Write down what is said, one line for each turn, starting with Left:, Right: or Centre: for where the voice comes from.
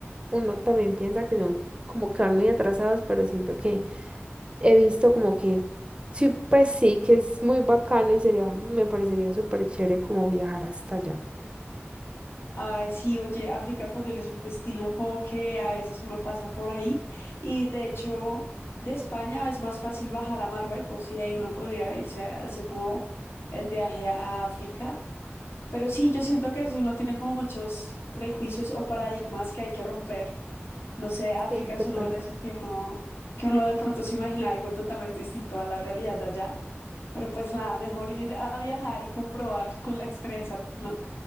Right: uno también piensa que son como que van muy atrasados, pero siento que he visto como que sí, pues sí, que es muy bacano y sería, me parecería súper chévere como viajar hasta allá.
Left: Ay, sí, oye, África también es un destino como que a veces uno pasa por ahí y de hecho de España es más fácil bajar a Marruecos y ahí uno podría irse a hacer como el viaje a África Pero sí, yo siento que eso uno tiene como muchos prejuicios o paradigmas que hay que romper. No sé, África
Right: Sí,
Left: es
Right: totalmente.
Left: uno de esos que uno, que uno de pronto se imagina algo totalmente distinto a la realidad de allá. Pero pues nada, mejor ir a viajar y comprobar con la experiencia, ¿no?